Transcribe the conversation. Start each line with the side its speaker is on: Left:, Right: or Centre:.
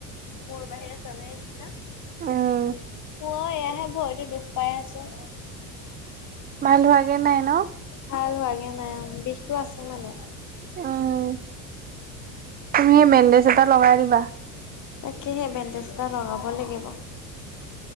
Left: মোৰ বাহিৰে চবেই আহিছে ন' মই
Right: উম
Left: এয়াহে ভৰিতো দুখ পাই আছোঁ।
Right: ভাল হোৱাগে নাই ন'।
Left: ভাল হোৱা গে নাই বিষতটো আছে মানে।
Right: উমঁ, তুমি এই বেণ্ডেজ এটা লগাই দিবা।
Left: তাকে'হে সেই বেণ্ডেজ এটা লগাব লাগিব।